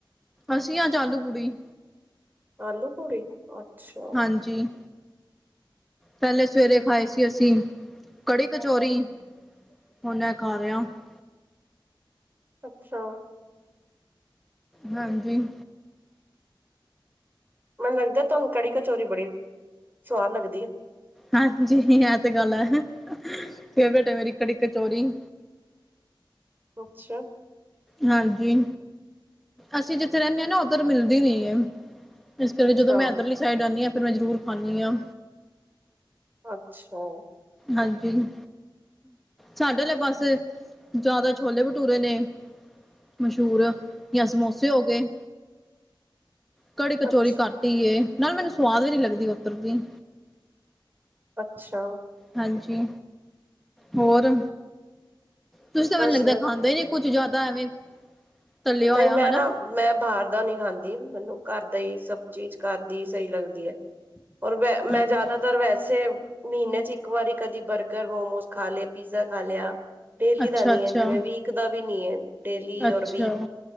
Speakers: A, in the centre; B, on the right.
A: ਅਸੀ ਅਜ ਆਲੂ ਪੁੜੀ-
B: ਆਲੂ ਪੂੜੀ ਅਛਾ-
A: ਹਾਂਜੀ ਪਹਿਲੇ ਸਵੇਰੇ ਖਾਏ ਸੀ ਅਸੀ ਕੜੀ ਕਚੌਰੀ- ਹੁਣ ਏ ਖਾ ਰਹੇ ਆਂ -
B: ਅਛਾ-
A: ਹਾਂਜੀ-
B: ਮੈਨੂੰ ਲੱਗਦਾ ਤੁਹਾਨੂੰ ਕੜੀ ਕਚੋਰੀ ਬੜੀ ਸਵਾਦ ਲੱਗਦੀ ਐ
A: ਹਾਂਜੀ ਇਹ ਤੇ ਗੱਲ ਹੈ। ਫੇਵਰੇਟ ਹੈ ਮੇਰੀ ਕੜੀ ਕਚੋਰੀ-
B: ਅਛਾ-
A: ਹਾਂਜੀ ਅਸੀ ਜਿਥੇ ਰਹਿਦੇ ਆਂ ਨਾ ਉਧਰ ਮਿਲਦੀ ਨਹੀ ਹੈ। ਇਸ ਕਰਕੇ
B: ਅੱਛਾ
A: ਜਦੋ ਮੈ ਇੱਧਰਲੀ ਸਾਈਡ ਆਂਨੀ ਆਂ ਫਿਰ ਮੈ ਜ਼ਰੂਰ ਖਾਂਦੀ ਹਾਂ-
B: ਅਛਾ-
A: ਹਾਂਜੀ- ਸਾਡਲੇ ਪਾਸੇ ਜ਼ਿਆਦਾ ਛੋਲੇ ਭਠੂਰੇ ਨੇ- ਮਸ਼ਹੂਰ ਜਾਂ ਸਮੋਸੇ ਹੋ ਗਏ। ਕੜੀ ਕਚੋਰੀ
B: ਅੱਛਾ
A: ਘੱਟ ਹੀ ਏ, ਨਾਲੇ ਮੈਨੂੰ ਸਵਾਦ ਵੀ ਨੀ ਲੱਗਦੀ ਉਧਰਦੀ-
B: ਅਛਾ-
A: ਹਾਂਜੀ। ਹੋਰ ਤੁਸੀਂ ਤਾਂ
B: ਬਸ
A: ਮੈਨੂੰ ਲੱਗਦਾ
B: ਵਧੀਆ
A: ਖਾਂਦੇ ਹੀ ਨੀ ਕੁਝ। ਕੁੱਛ ਜ਼ਿਆਦਾ ਐਵੇਂ ਤਲਿਆ
B: ਨਹੀਂ
A: ਹੋਇਆ
B: ਮੈਂ
A: ਹਨਾ
B: ਨਾ ਮੈਂ ਬਾਹਰ ਦਾ ਨੀ ਖਾਂਦੀ, ਮੈਨੂੰ ਘਰ ਦਾ ਹੀ ਸਭ ਚੀਜ਼ ਘਰ ਦੀ ਹੀ ਸਹੀ ਲੱਗਦੀ ਐ। ਔਰ ਮ
A: ਹਾਂਜੀ
B: ਮੈਂ ਜ਼ਿਆਦਾਤਰ ਵੈਸੇ ਮਹੀਨੇ 'ਚ ਇੱਕ ਵਾਰੀ ਕਦੀ ਬਰਗਰ, ਮੋਮੋਸ ਖਾ ਲਿਆ, ਪੀਜ਼ਾ ਖਾ ਲਿਆ। ਡੇਲੀ
A: ਅੱਛਾ
B: ਦਾ ਨੀ
A: ਅੱਛਾ
B: ਹੈ ਜਿਵੇਂ, ਵੀਕ ਦਾ ਵੀ ਨੀ ਹੈ, ਡੇਲੀ
A: ਅੱਛਾ
B: ਔਰ ਵੀਕ।